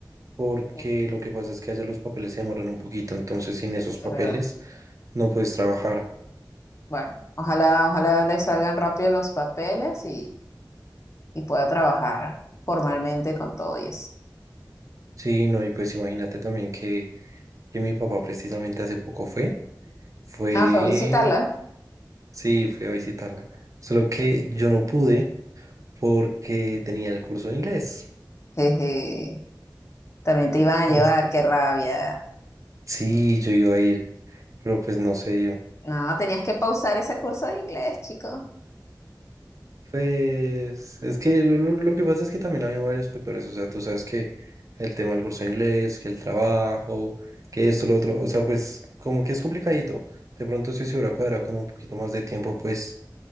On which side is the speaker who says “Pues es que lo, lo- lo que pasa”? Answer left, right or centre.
Right